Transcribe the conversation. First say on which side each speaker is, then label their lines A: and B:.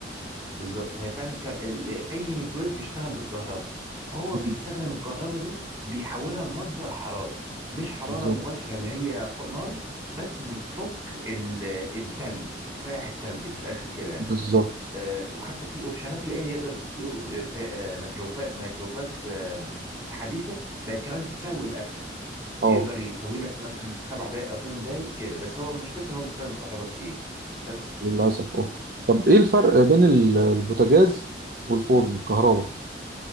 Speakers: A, on the right (about 20°); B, on the right (about 50°).
A: بالظبط هي فعلا الك... ال- اي ميكرويف بيشتغل بالكهرباء فهو بيستخدم
B: مم.
A: الكهرباء دي بيحولها لمصدر حراره مش حراره
B: بالظبط
A: مباشره اللي هي فوق نار بس بتفك ال... التلج بتسيح التلج من الاخر كده يعني
B: بالظبط
A: آه، وحتى في اوبشنات تلاقيه يقدر في أو- آه، ت- آه، ميكروفات ميكروفات آه، حديثه بقت كمان تسوي الاكل يقدر
B: اه
A: يسوي لك مثلا في سبع دقائق او ثمان دقائق كده بس هو مشكلته ان هو بيستخدم كهرباء كتير بس
B: للاسف اه طب ايه الفرق بين ال- البوتاجاز والفرن الكهرباء